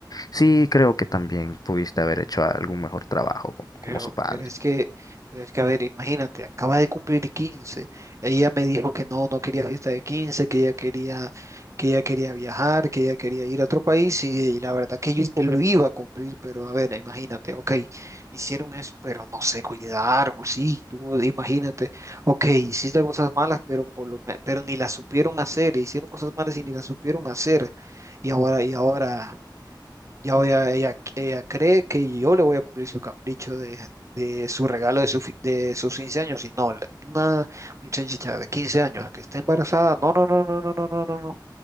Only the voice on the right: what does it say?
Pero,
pero es que, pero es que, a ver, imagínate, acaba de cumplir quince Ella me dijo que no, no quería fiesta de quince que ella quería, que ella quería viajar, que ella quería ir a otro país, y, y la verdad que yo te lo iba a cumplir, pero a ver, imagínate, ok, hicieron eso, pero no se cuidaron, sí, tú imagínate, ok, hiciste cosas malas, pero por lo me- pero ni las supieron hacer, hicieron cosas malas y ni las supieron hacer, y ahora, y ahora. Ya voy a- ella, ella cree que yo le voy a cumplir su capricho de, de su regalo de, su fi- de sus 15 años. Y no, la- una muchacha de 15 años que está embarazada. No, no, no, no, no, no, no, no. no.